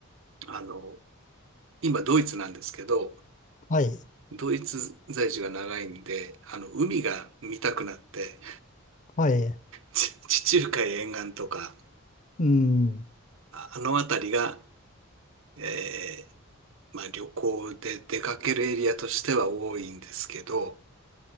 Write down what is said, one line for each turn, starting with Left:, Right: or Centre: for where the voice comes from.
Right: あの、今ドイツなんですけど、
Left: はい。
Right: ドイツ在住が長いんで、あの、海が見たくなって、
Left: はい。
Right: ち地中海沿岸とか、
Left: うん。
Right: あ、あの辺りが、えーまあ旅行で出かけるエリアとしては多いんですけど、